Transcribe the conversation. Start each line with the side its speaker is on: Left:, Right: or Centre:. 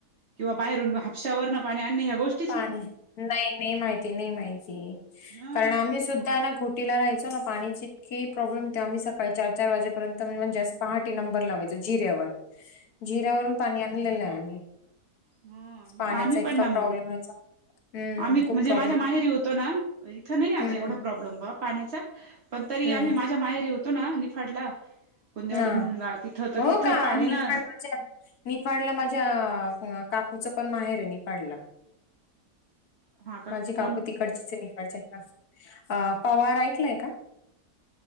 Right: किंवा बाहेरून हापश्यावर न पाणी आणणे ह्या गोष्टी.
Left: पाणि नाही नाही माहिती नाही माहिती
Right: ह
Left: कारण आम्ही सुद्धा ना ख तिला राहायच न पाणीची इतकी प्रॉब्लेम होते आम्ही सकाळी चार चार वाजेपर्यंत म्हणजे जास्. पहाटे नंबर लावायच जिऱ्यावर.
Right: ह. <unintelligible>
Left: जिरा्यावरून पाणी आणलेलं आहे आम्ही.
Right: ह
Left: पाण्याचा
Right: आम्ही
Left: इतका
Right: पण ना
Left: प्रॉब्लेम
Right: मग.
Left: व्हायचा हम्म
Right: आम्ही
Left: खूप
Right: म्हणजे
Left: प्रॉब्लेम
Right: माझ्या माहेरी होतो न इथं नाही आता
Left: हम्म
Right: एवढं. प्रॉब्लेम बा पाण्याचा पण तरी
Left: हम्म
Right: आम्ही माझ्या माहेरी होतो ना निफाडला बुंदेवाडी
Left: हा
Right: म्हणून गाव तिथं तर
Left: हो
Right: तिथं
Left: का
Right: पाणी ना
Left: <unintelligible> निफाडला माझ्या काकूच पण माहेर आहे निफाडला
Right: हा का
Left: माझी
Right: कोण
Left: काकू तिकडचीचये निफाडची आ पवार ऐकलय का